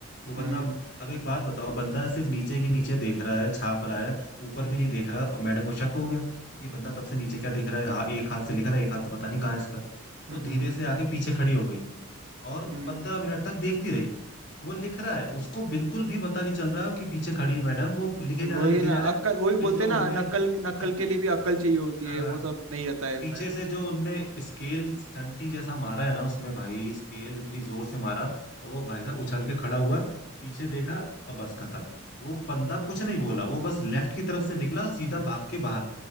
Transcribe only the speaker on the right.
हम्म
हम्म
हम्म।
हम्म
वही
ना
अक्कल वही
बोलते
हैं ना
नकल
नकल के लिए भी अक्ल चाहिए होती
है वो सब नहीं रहता है
इनमें